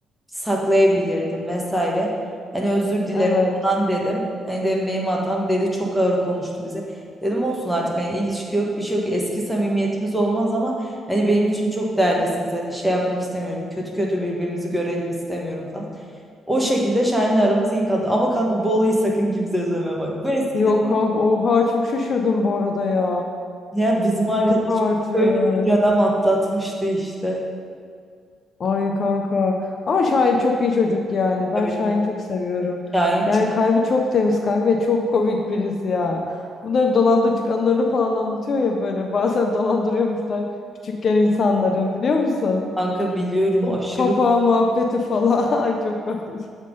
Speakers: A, in the centre; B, on the left.
A: saklayabilirdim vesaire hani özür dilerim
B: Evet.
A: falan dedim hani dedim benim hatam dedi çok ağır konuştu bize. Dedim olsun artık hani ilişki yok bir şey yok eski samimiyetimiz olmaz ama hani benim için çok değerlisiniz hani şey yapmak istemiyorum kötü kötü birbirimizi görelim istemiyorum falan. O şekilde Şahin'le aramız iyi kaldı ama kanka Bolu'yu sakın kimseye söyleme bak. Bu eskiden
B: Yok kanka. Oha çok şaşırdım bu arada ya.
A: ya bizim arkadaşım
B: Yok artık.
A: böyle bir dönem atlatmıştı işte.
B: Ay kanka. Ama Şahin çok iyi çocuk yani. Ben
A: Tabii
B: Şahin'i
A: canım,
B: çok seviyorum.
A: Şahin
B: Yani
A: çok
B: kalbi çok temiz kanka ve çok komik birisi ya. Bunların dolandırıcılık anılarını falan anlatıyor ya böyle. <laughs> Bazen dolandırıyormuşlar küçükken insanları biliyor musun?
A: kanka biliyorum
B: Bu
A: aşırı
B: papa muhabbeti falan. <laughs> Ay çok komik.